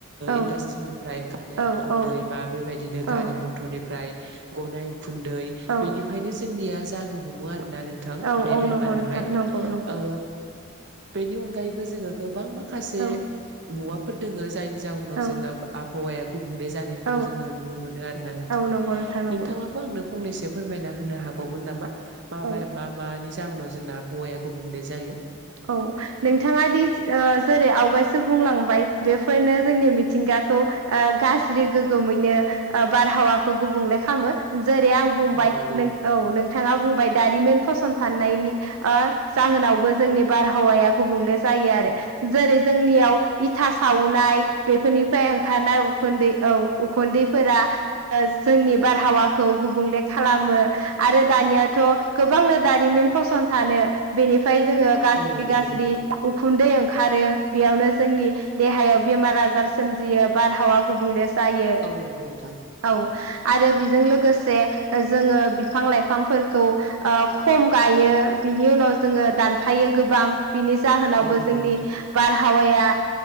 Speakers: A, on the right; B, on the right.
A: औ
B: इन्डास्ट्रिनिफ्राय ओंखारनाय
A: औ
B: उखुन्दै
A: औ
B: बा बेबायदिनो गारि
A: औ
B: मथरनिफ्राय गनाय गनाय उखुन्दै
A: औ
B: बेनिफ्रायनो जोंनिया जानो हमो दा नोंथां
A: औ
B: बे
A: औ
B: बेमाराहाय
A: नंगौ नोंथां नंगौ नंगौ
B: ओ बेनि अनगायैबो जोंङो गोबां माखासे
A: औ
B: मुवाफोर दोङो जायनि जाहउनाव
A: औ
B: जोंना आबहावाया गुबुंले जानायखौ
A: औ
B: जोंङो नुनो मोनो आरोना नोंथां
A: औ नंगौ नोंथां नंगौ
B: नोंथाङाबो आंनो फंनैसो फोयमायना होनो हाबावगोन नामा बा बा
A: औ
B: मा मा जाउनाव जोंना आबहावाया गुबुंले जायो
A: औ नोंथाङा दि ओ जेरै आवगायसो बुंलांबाय बेफोरनो जोंनि मिथिंगाखौ ओ गाज्रि गोग्गोमैनो ओ बारहावाखौ गुबुंले खालामो जेरै आं बुंबाय
B: औ नंगौ
A: औ नोंथाङा बुंबाय दारिमिन फसं फाननायनि ओ जाहोनावबो जोंनि बारहावाया गुबुंले जायो आरो। जेरै जोंनियाव इथा सावनाय बेफोरनि फ्राय ओंखारनाय उखुन्दै, औ उखुन्दै फोरा जोंनि बारहावाखौ गुबुंले खालामो आरो दानियाथ' गोबां गोबांनो दारिमिन फसंथानो बेनिफ्राय जोङो गाज्रि-गाज्रि
B: औ नंगौ नोंथां
A: उखुन्दै ओं खारो बेयावनो जोंनि देहायाव बेमार-आजार सोमजियो बारहावा गुबुंले जायो,
B: औ नंगौ नोंथां
A: औ आरो बेजों लोगोसे जोङो बिफां-लाइफांफोरखौ ओ खम गायो बिनि उनाव जोङो दानफायो गोबां, बिनि जाहोनावबो
B: औ नंगौ
A: जोंनि
B: नोंथां
A: बार हावाया